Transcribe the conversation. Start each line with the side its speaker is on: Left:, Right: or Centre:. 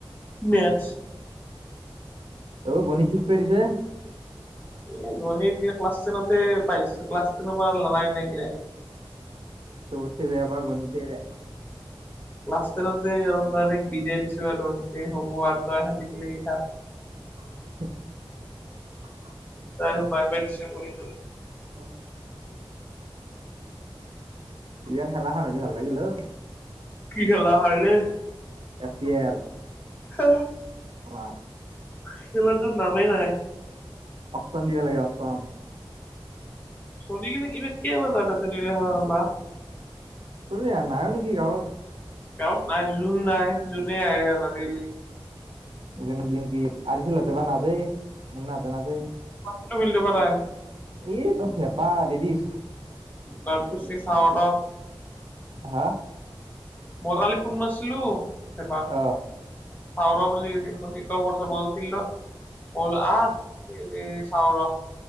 Left: মেটছ
Right: অ গণী ঠিক পিছে
Left: এই গণিত ক্লাছ টেনতে পাইছো ক্লাছ টেনৰ পৰা লৰাই নাইগিলা
Right: চবতছে বেয়া পা গণিতে বেয়া
Left: ক্লাছ টেনততে তই বিদিয়াই দিছো আৰু হ'ব আৰু তইে কি থ
Right: <unintelligible>
Left: ত পাই বাই নিশ্চনা কৰি
Right: অ ইয়াৰ খেলাখন হ'লে ভাল লাগিল হ
Left: কি খেলা হাৰ নে
Right: প এল
Left: হ
Right: অ
Left: খেলা দুত নামেই নাই
Right: অফচান দিবা লাগে আফচান
Left: চলিকিলে ইব কব ত চলে হাবা
Right: চলো ই নাই নেকি গাঁৱত
Left: গত নাই জোন নাই জোনে আহে জানা দি
Right: যে লিংকিতত আ চল হতে বা নাাজায় ম নহাতে নাজায়
Left: ফটো পাই
Right: এই কথে পাল দিছ
Left: তাৰ ক চি চাৱ
Right: হা
Left: মই কালি ফোন নাৰছিলো এপা
Right: অ
Left: পওৰা বুলি কৰিছে বল ফিল্ডত বল আহ চাও ৰ